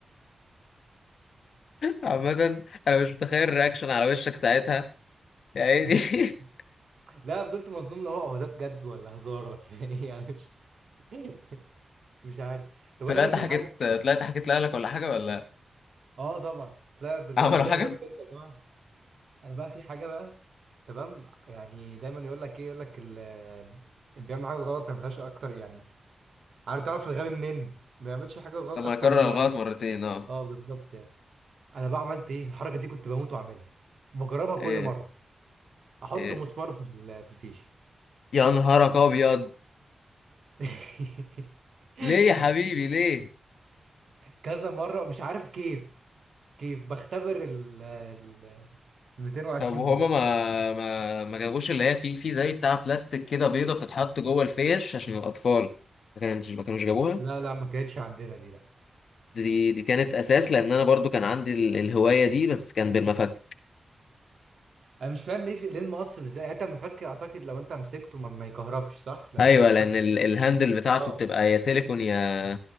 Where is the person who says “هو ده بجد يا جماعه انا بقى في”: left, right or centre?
Right